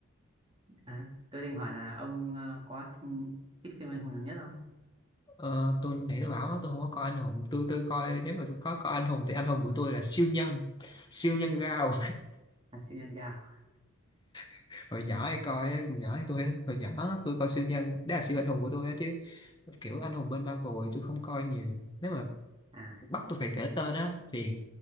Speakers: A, on the right (about 25°); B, on the left (about 20°).
A: À, tôi định hỏi là ông ờ, có th- thích siêu anh hùng nào nhất không?
B: ờ, tôi nãy tôi bảo á, tôi không có coi anh hùng tôi tôi coi nếu mà tôi có coi anh hùng thì anh hùng của tôi là siêu nhân siêu nhân gao
A: À, siêu nhân gạo.
B: <laughs> hồi nhỏ hay coi á, nhỏ thì tôi hồi nhỏ tôi coi siêu nhân đó là siêu anh hùng của tôi á chứ kiểu anh hùng bên Marvel thì tôi không coi nhiều nếu mà
A: À,
B: bắt tôi phải kể tên á thì